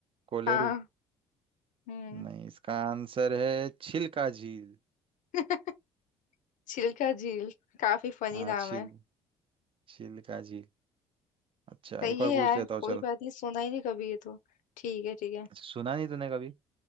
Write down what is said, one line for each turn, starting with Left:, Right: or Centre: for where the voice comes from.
Right: कोलेरू
Left: हाँ हम्म
Right: नहीं इसका आंसर है छिलका झील
Left: <laughs> चिल्का झील काफी फनी
Right: हाँ
Left: नाम
Right: छिल
Left: है
Right: छिलका झील अच्छा
Left: सही
Right: एक और
Left: है
Right: पूछ
Left: यार
Right: लेता हूँ
Left: कोई
Right: चल
Left: बात नहीं सुना ही नहीं कभी ये तो ठीक है ठीक है
Right: अच्छा, सुना नहीं तूने कभी